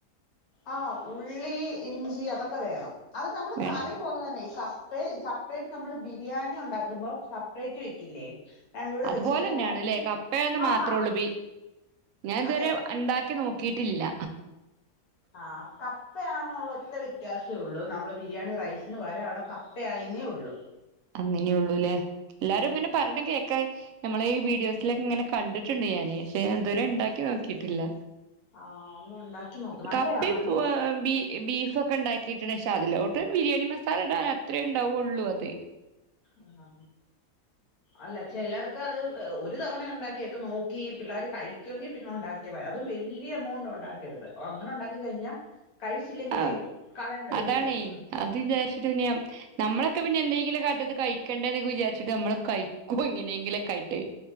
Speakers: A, on the left; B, on the right.
A: ആ ഉള്ളി ഇഞ്ചി അതൊക്കെ വേണം അത് നമ്മള്
B: വേണ്ട
A: കറി പോലെ തന്നെ ഈ കപ്പ കപ്പെറ്റ് നമ്മള് ബിരിയാണി ഉണ്ടാക്കുമ്പോം സപ്പറേറ്റ് വെക്കില്ലേ രണ്ടൂടെ
B: അതുപോലെ
A: വെച്ചിട്ട്
B: തന്നെയാണ്ല്ലേ
A: ലാസ്റ്റ്
B: കപ്പയന്ന് മാത്രേ
A: ആഹ്
B: ഉള്ളു ബീ ഞാൻ ഇതുവരെ
A: അതെ അതെ
B: ഉണ്ടാക്കി നോക്കി നോകീട്ടില്ല
A: ആ കപ്പയാണെന്നുള്ള ഒറ്റ വ്യത്യാസമള്ളൂ നമ്മള് ബിരിയാണി റൈസിന് പകരം അവിടെ കപ്പ കപ്പ ആയിന്നെ ഉള്ളൂ
B: അങ്ങനെയള്ളൂല്ലേ എല്ലാരും
A: ഉം
B: ഇങ്ങനെ പറയണ കേൾക്കാ നമ്മളെ ഈ വീഡിയോസിലൊക്കെ ഇങ്ങനെ കണ്ടിട്ടുണ്ട് ഞാന് ഞാൻ ഇതുവരെ
A: ആഹ്
B: ഉണ്ടാക്കി നോക്കിട്ടില്ല
A: ആഹ് ഒന്ന് ഉണ്ടാക്കി നോക്ക് നല്ലയാ
B: കപ്പയും
A: നല്ല
B: ബീ ബീഫൊക്കെ ഉണ്ടാക്കിയിട്ടുണ്ട് പക്ഷേ അതിലോട്ട് ബിരിയാണി മസാല ഇടാൻ അത്രേ ഉണ്ടാവുള്ളൂ അത്
A: ആഹാ അല്ല ചിലർക്ക്‌ അത് ഒരു തവണ ഉണ്ടാക്കിയൊക്കെ നോക്കി പിള്ളേർ കഴിക്കുമെങ്കിൽ പിന്നെ ഉണ്ടാക്കി അതും വലിയ എമൗണ്ട് ഉണ്ടാക്കരുത് അങ്ങനെ ഉണ്ടാക്കി കഴിഞ്ഞാൽ കഴിച്ചില്ലെങ്കിലേ
B: ആഹ്
A: കളയേണ്ടി വരില്ലേ
B: അതാണേ
A: ക
B: <unintelligible> നമ്മളൊക്കെ പിന്നെ എന്തെങ്കിലും കാട്ടിയത് കഴിക്കണ്ടത് എന്നൊക്കെ വിചാരിച്ചിട്ട് നമ്മള് കഴിക്കും എങ്ങനെയെങ്കിലോക്കെ ആയിട്ട്